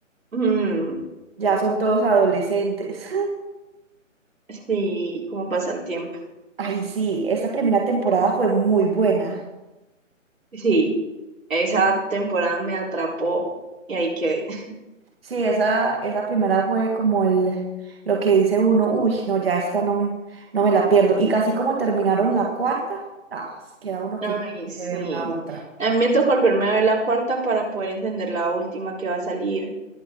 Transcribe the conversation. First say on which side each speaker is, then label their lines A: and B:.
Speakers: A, on the right (about 90°); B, on the right (about 50°).
A: Mm,
B: Ya son todos adolescentes. <laughs>
A: sí, cómo pasa el tiempo.
B: Ay, sí, esa primera temporada fue muy buena.
A: Sí, esa temporada me atrapó y ahí quedé. <laughs>
B: Sí, esa, esa primera fue como el, lo que dice uno, uy, no, ya esta no, no me la pierdo. Y casi como terminaron la cuarta, ah, queda uno
A: Ay,
B: que quiere
A: sí.
B: ver la otra.
A: A mí me tocó volverme a ver la cuarta para poder entender la última que va a salir,